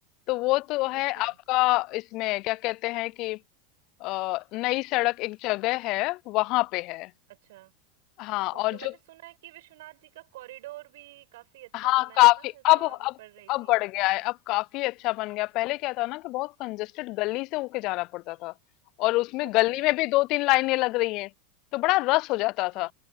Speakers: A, on the left (about 50°); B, on the right (about 70°).
A: तो वो तो है
B: ओके
A: आपका इसमें क्या कहते हैं कि अ, नई सड़क एक जगह है वहां पे है
B: अच्छा
A: हाँ
B: ओके
A: और
B: मैंने
A: जो
B: सुना है कि विश्वनाथ जी का कॉरिडोर भी काफी अच्छा
A: हाँ
B: बना है
A: काफी
B: ना ऐसा
A: अब
B: भी
A: अब
B: पढ़ रही थी
A: अब बढ़ गया है अब काफी अच्छा बन गया पहले क्या था ना कि बहुत कंजेस्टेड गली से होके जाना पड़ता था और उसमें
B: Okay
A: गली में भी दो तीन लाइनें लग रही हैं तो बड़ा रस हो जाता
B: okay
A: था